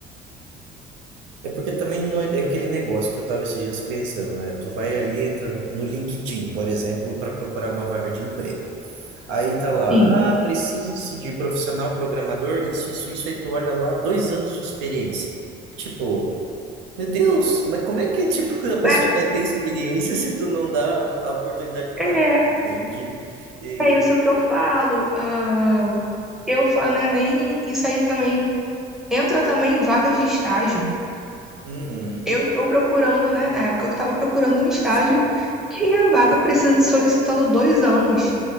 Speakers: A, on the right; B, in the centre.
A: É porque também não é é aquele negócio que eu estava esses dias pensando, né? Tu vai ali, entra no, no LinkedIn, por exemplo, para procurar uma vaga de emprego. Aí tá lá,
B: sim.
A: ah, precisa-se de profissional programador, isso, isso, isso. Aí tu olha lá, dois anos de experiência. Tipo, meu Deus, mas como é que, tipo, <laughs> a pessoa
B: É,
A: vai ter experiência se tu não dá a oportunidade
B: é,
A: para ela, entende? E,
B: é isso que eu falo. Ah, eu falo, né, nem isso aí também entra também em vagas de estágio.
A: uhum,
B: Eu estou procurando, né? Na época eu estava procurando um estágio,
A: sim,
B: tinha vaga precis- solicitando dois anos.